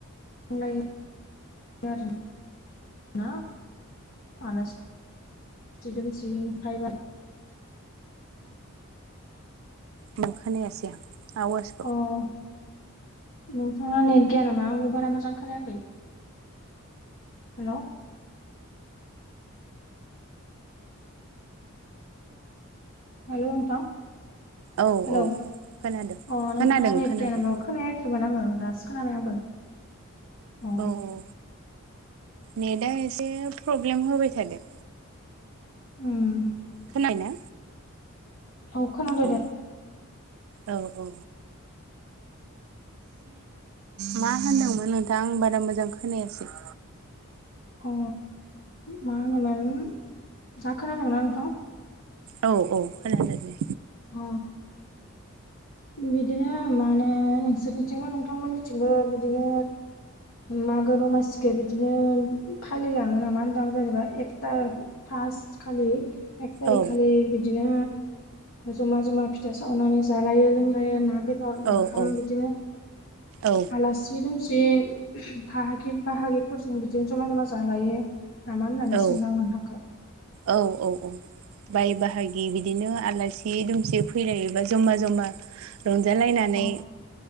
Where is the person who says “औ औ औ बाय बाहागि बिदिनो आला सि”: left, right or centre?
Right